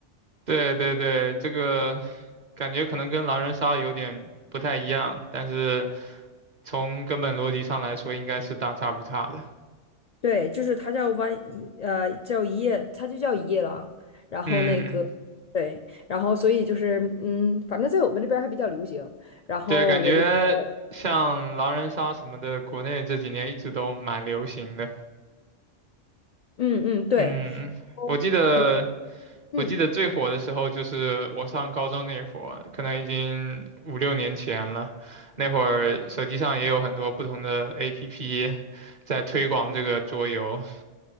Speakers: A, on the right; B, on the left.
A: 对对对，这个感觉可能跟狼人杀有点不太一样，但是从根本逻辑上来说，应该是大差不差的。
B: 对，就是他叫弯，呃，叫一夜，他就叫一夜狼。然后那个，
A: 嗯，
B: 对，然后所以就是，嗯，反正在我们这边儿还比较流行。然后我就觉得，
A: 对，感觉像狼人杀什么的，国内这几年一直都蛮流行的。
B: 嗯嗯，对，
A: 嗯，
B: 哦挺
A: 我记得
B: 嗯。
A: 我记得最火的时候就是我上高中那会儿，可能已经五六年前了。那会儿手机上也有很多不同的 APP 在推广这个桌游